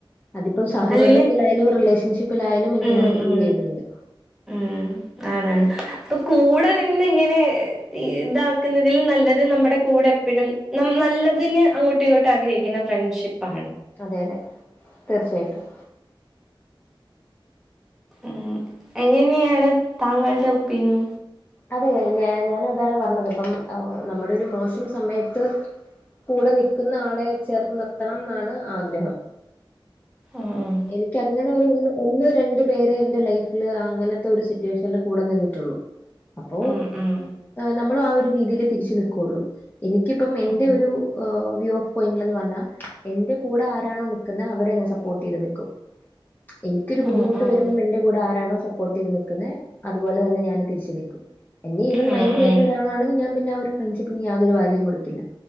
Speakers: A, on the left; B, in the centre.
A: അതിപ്പം സൗഹൃദത്തിലായാലും
B: അല്ലേല്
A: റിലേഷൻഷിപ്പിലായാലും എനക്ക്ങ്ങനെ
B: ഉം
A: ഫീൽ
B: ഉം
A: ചെയ്യുന്നുണ്ട്
B: ഉം ആണാണ് അപ്പൊ കൂടെ നിന്ന ഇങ്ങനെ ഇതാക്ക്ന്നതില് നല്ലത് നമ്മ്ടെ കൂടെ എപ്പഴും നമ് നല്ലതിന് അങ്ങോ കുട്ടിയോട്ട് ആഗ്രഹിക്കുന്ന ഫ്രണ്ട്ഷിപ്പാണ്
A: അതെ അതെ തീർച്ചയായിട്ടും
B: ഉ എങ്ങനെയാണ് താങ്കളുടെ ഒപ്പീനിയൻ
A: അതെ ഞാനു അതാണ് പറഞ്ഞത് ഇപ്പം നമ്മ്ടെ ഒരു മോശം സമയത്ത് കൂടെ നിക്കുന്ന ആളെ ചേർത്ത് നിർത്തണംന്നാണ് ആഗ്രഹം
B: ഉം.
A: എനിക്ക് അങ്ങനെ ഒരുന്ന് ഒന്ന് രണ്ട് വേറെ എന്റെ ലൈഫില് അങ്ങനത്തൊരു സിറ്റുവേഷനില് കൂടെ നിന്നിട്ടൊള്ളു അപ്പോ
B: ഉം, ഉം.
A: നമ്മളും ആ ഒരു രീതിയിലേ തിരിച്ചു നൽക്കുള്ളൂ എനിക്കിപ്പം എൻ്റെ
B: ഉം.
A: ഒരു ഓവ് വ്യൂ പോയിന്റ്ലന്ന് വന്ന എന്റെ കൂടെ ആരാണൊ നിക്ക്ന്നെ അവരെ ഞാൻ സപ്പോർട്ടീത് നിക്കും എനിക്കൊര് ബുദ്ധിമുട്ട്
B: ഉം, ഉം.
A: വരുമ്പൊ എന്റെ കൂടെ ആരാണൊ സപ്പോർട്ടീത് നിക്ക്ന്നെ അതുപോലെന്നെ ഞാനും തിരിച്ച് നിക്കും. എന്നെ ഈവൻ
B: ഉം,
A: മൈന്റീയ്യാത്ത
B: ഉം.
A: ഒരാളാണെങ്കി ഞാൻ പിന്നെ ആഹ് ഒര് ഫ്രൺഷിപ്പിന് യാതൊരു വാല്യു കൊട്ക്കില്ല